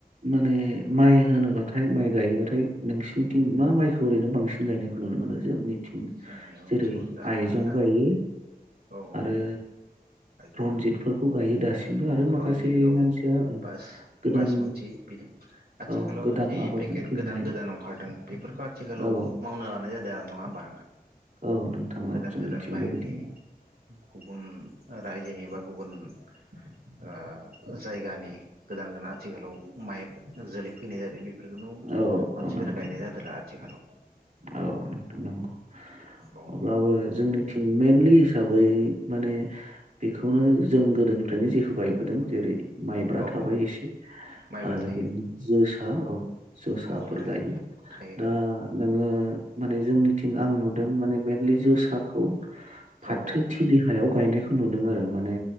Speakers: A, on the right (about 55°); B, on the right (about 75°).
A: माने माइ होनोबाथाय माइ गायोबाथाय नोंसिनिथिं मा माइखौ ओरैनो बांसिन गायनायखौ नुनो मोनो जों थि
B: जोंनियावथ'
A: जेरै
B: दा
A: आइजं गायो
B: औ औ
A: आरो
B: आइजोंबो
A: रनजितफोरखौ गायो दासिमबो
B: औ
A: आरो माखासे
B: रन्जित औ
A: मानसिया
B: औ
A: ओ,
B: बास
A: गोदान
B: बासमति बिदि आथिखालाव
A: औ गोदान
B: जि
A: आबादजों
B: पेकेट
A: फैनाय
B: गोदान गोदान ओंखारदों बेफोरखौ आथिखालाव
A: औ
B: मावनो लानाय जादों नङा होनबा
A: औ नोंथां
B: गोदान
A: औ जोंनिथिंबो
B: गोदान बाहेरनि
A: बिदिनो
B: गुबुन रायजोनि बा गुबुन ओ जायगानि गोदान गोदान आथिखालाव माइ जोलै फैनाय जादों बे बेफोरखौ
A: औ
B: मानसिफोरा
A: औ नंगौ
B: गायनाय
A: नोंथां
B: जादों आरो आथिखालाव
A: औ नोंथां नंगौ
B: औ
A: अब्लाबो जोंनि टिम मइेनलि हिसाबै माने बेखौनो जों गोदोनिफ्रायनो जेखौ बायबोदों जेरै माइब्रा
B: औ
A: थाबाय
B: औ
A: एसे
B: माइब्रा
A: आरो
B: थायो
A: बिदिनो जो हो औ जसाफोर
B: औ औ थायो
A: गायो
B: थायो
A: दा नोङो माने जोंनिथिं आं नुदों माने मेनलि जोसाखौ फाथो
B: औ औ नोंथां
A: थिलि हायाव गायनायखौ नुदों आरो माने